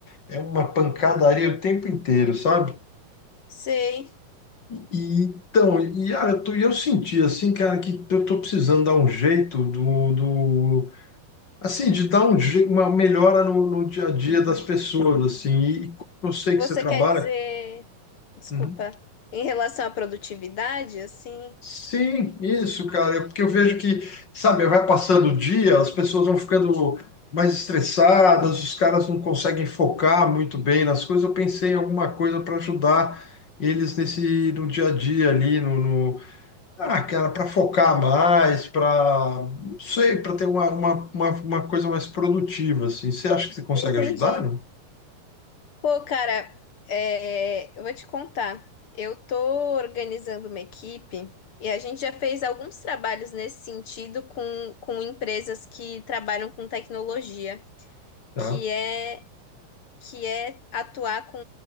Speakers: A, on the left; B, on the left.
A: é uma pancadaria o tempo inteiro, sabe?
B: sei.
A: E, então, e ah, eu, tô- e eu senti assim, cara, que eu tô precisando dar um jeito do, do assim, de dar um, je- uma melhora no, no dia a dia das pessoas, assim, e, e como eu sei que
B: Você
A: você trabalha.
B: quer dizer, desculpa,
A: Uhum.
B: em relação à produtividade, assim?
A: Sim, isso, cara, é porque eu vejo que, sabe, vai passando o dia, as pessoas vão ficando mais estressadas, os caras não conseguem focar muito bem nas coisas. Eu pensei em alguma coisa para ajudar eles nesse no dia a dia ali, no, no- Ah, cara, para focar mais, para, não sei, para ter uma, uma, uma, uma coisa mais produtiva, assim. Você acha que você consegue
B: Entendi.
A: ajudar, não?
B: Pô, cara, é, eu vou te contar. Eu tô organizando uma equipe e a gente já fez alguns trabalhos nesse sentido com, com empresas que trabalham com tecnologia,
A: Tá.
B: que é que é atuar com,